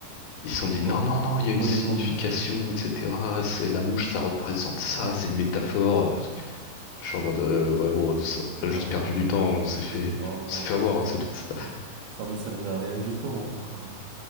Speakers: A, on the left; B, on the right.
A: Ils se sont
B: Pourquoi,
A: dit, non, non, non,
B: pourquoi
A: il y a une signification,
B: ils ont fait ça?
A: etc. C'est la mouche, ça représente ça, c'est une métaphore. Je suis en mode, euh, ouais, bon, ça,
B: Bah,
A: on a juste perdu du temps, on s'est
B: je
A: fait,
B: sais pas, moi,
A: on s'est fait
B: en
A: avoir,
B: fait,
A: hein,
B: ça,
A: c'est tout. c'est pas-
B: ça me servait à rien du tout, en tout cas.